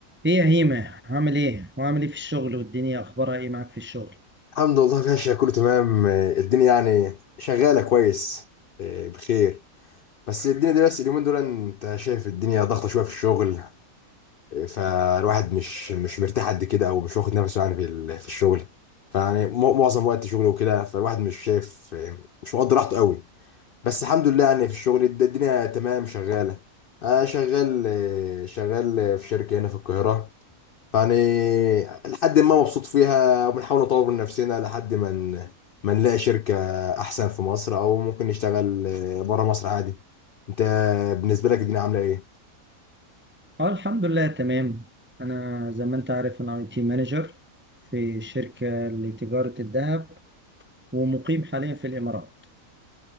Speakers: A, on the right (about 15°); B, on the left (about 75°).
A: ايه يا هيمة عامل ايه وعامل ايه في الشغل والدنيا اخبارها ايه معاك في الشغل
B: الحمد لله ماشية كله تمام آه، الدنيا يعني شغالة كويس آه، بخير بس الدنيا دي بس اليومين دول انت شايف الدنيا ضغطة شوية في الشغل آه، فالواحد مش مش مرتاح قد كده او مش واخد نفسه يعني في ال- في الشغل فيعني مو- معظم وقت شغله وكده فالواحد مش شايف آه، مش مقدر راحته قوي بس الحمد لله يعني في الشغل الد- الدنيا تمام شغالة آه، شغال آه، شغال آه، في شركة هنا في القاهرة يعني لحد ما مبسوط فيها وبنحاول نطور من نفسنا لحد ما ن- ما نلاقي شركة أحسن في مصر أو ممكن نشتغل بره مصر عادي أنت بالنسبة لك الدنيا عاملة إيه؟
A: اه الحمد لله تمام انا زي ما انت عارف انا اي تي مانجر في شركة لتجارة الذهب ومقيم حاليا في الامارات